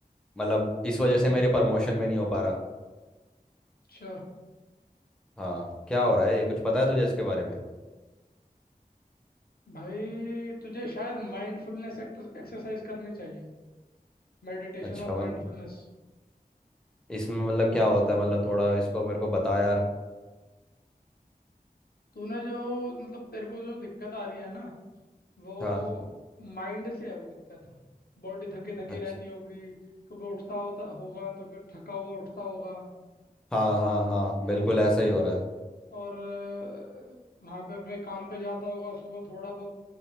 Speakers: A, in the centre; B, on the left.
A: मतलब इस वजह
B: अच्छा
A: से मेरे प्रमोशन में नहीं हो पा रहा
B: अच्छा
A: हाँ क्या हो रहा है ये कुछ पता है तुझे इसके बारे में
B: भाई तुझे शायद माइंडफुलनेस एक्सरसाइज करनी चाहिए मेडिटेशन
A: अच्छा
B: और
A: मतलब
B: माइंडफुलनेस
A: इसमें मतलब
B: हाँ
A: क्या होता है मतलब थोड़ा इसको मेरे को बता यार
B: तूने जो मतलब तेरे को जो दिक्कत आ रही है ना वो
A: हाँ
B: माइंड से है वो दिक्कत बॉडी थकी थकी
A: अच्छा
B: रहती होगी कभी उठता होता होगा तो फिर थका हुआ उठता होगा
A: हाँ हाँ हाँ बिल्कुल
B: है
A: ऐसा ही हो रहा है
B: और अ, वहाँ पे अपने काम पे जाता होगा सुबह थोड़ा बहुत